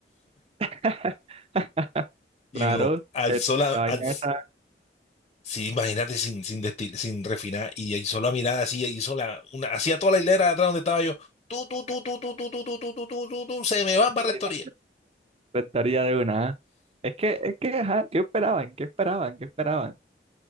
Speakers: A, on the right; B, on the left.
A: <laughs>
B: Y
A: Claro,
B: uno alzó
A: eh,
B: la.
A: la vaina
B: alz-
A: esa
B: sí, imagínate, sin, sin, destil- sin refinar. Y hizo la mirada así, hizo la. Una, hacía toda la hilera de atrás donde estaba yo. Tú, tú, tú, tú, tú, tú, tú, tú, tú, tú, tú, tú, tú, se me van para
A: Ferdinand
B: rectoría.
A: Restaría de una, ¿ah? Es que, es que, ajá, ¿qué esperaban? ¿Qué esperaban? ¿Qué esperaban?